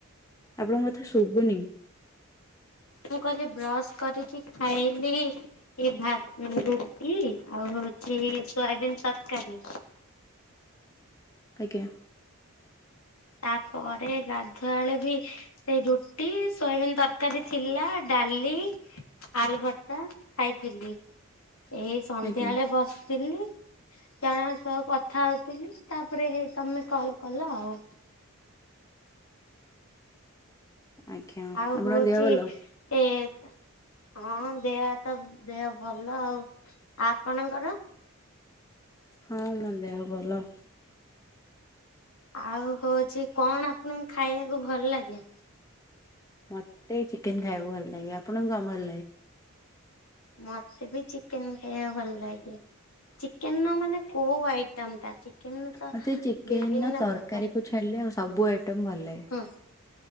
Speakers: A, on the left (about 15°); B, on the left (about 80°).
A: ଆପଣଙ୍କ କଥା ଶୁଭୁନି?
B: ମୁଁ କହିଲି ବ୍ରସ୍ କରିକି ଖାଇଲି। ଏ ଭାତ ରୁଟି ଆଉ ହେଉଛି ସୋୟାବିନ ତରକାରୀ।
A: ଆଜ୍ଞା!
B: ତା ପରେ ଗାଧୁଆ ବେଳେ ବି ସେଇ ରୁ ରୁଟି, ସୋୟାବିିନ ତରକାରୀ ଥିଲା, ଡାଲି, ଆଳୁଭର୍ତ୍ତା, ଖାଇଥିଲି। ଏଇ ସନ୍ଧ୍ୟା
A: ଆଜ୍ଞା
B: ବେଳେ ବସିଥିଲି। ଜଣଙ୍କ ସହ କଥା ହଉଥିଲି। ତାପରେ ହେଇ ତମେ କଲ କଲ ଆଉ।
A: ଆଜ୍ଞା
B: ଆଉ
A: ଆପଣଙ୍କ
B: ହଉଛି।
A: ଦେହ ଭଲ?
B: ଏ ହଁ ଦେହ ହାତ ଦେହ ଭଲ ଆଉ ଆପଣଙ୍କର?
A: ହଁ, ମୋ ଦେହ ଭଲ।
B: ଆଉ ହଉଛି କଣ ଆପଣଙ୍କୁ ଖାଇବାକୁ ଭଲ ଲାଗେ?
A: ମତେ ଚିକେନ୍ ଖାଇବାକୁ ଭଲ ଲାଗେ। ଆପଣଙ୍କୁ କଣ ଭଲ ଲାଗେ?
B: ମତେ ବି ଚିକେନ ଖାଇବାକୁ ଭଲ ଲାଗେ। ଚିକେନ ର ମାନେ କୋଉ ଆଇଟମ ଟା? ଚିକେନ ତ
A: ମତେ ଚିକେନ
B: ବିଭିନ୍ନ
A: ତରକାରୀକୁ
B: ପ୍ରକାର
A: ଛାଡ଼ିଲେ ଆଉ ସବୁ ଆଇଟମ ଭଲ ଲାଗେ।
B: ହଁ